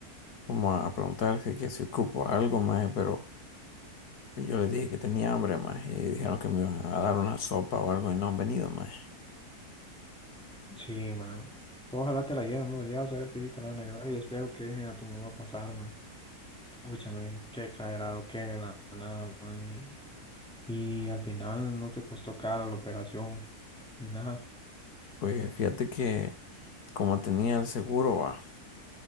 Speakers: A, on the left (about 75°); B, in the centre.
A: como a preguntar que, que si ocupo algo, mae, pero. Y yo les dije que tenía hambre, más, y dijeron que me iban a dar una sopa o algo y no han venido, más.
B: sí, man. Tú ojalá te la lleven, vos. Ya vas a ver que sí te la van a llevar y espero que dejen a tu mamá pasar, man. Pucha, men, qué exagerado que de la nada, man. Y, y al final no te costó cara la operación ni nada.
A: Pues fíjate que como tenía el seguro, va,